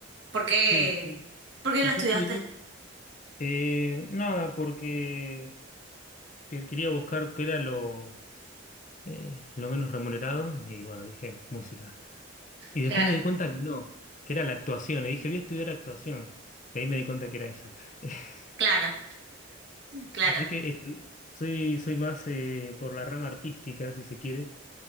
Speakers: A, on the right (about 55°); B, on the left (about 35°).
A: ¿por qué,
B: Sí, y,
A: por qué
B: y
A: la estudiaste?
B: yo estudié, eh, nada, porque que- quería buscar qué era lo, eh, lo menos remunerado y bueno, dije música. Y
A: Claro,
B: después me di cuenta que no, que era la actuación. Y dije, voy a estudiar actuación. Que ahí me di cuenta que era esa. <laughs>
A: claro, claro.
B: Así que estu- soy, soy más eh, por la rama artística, si se quiere.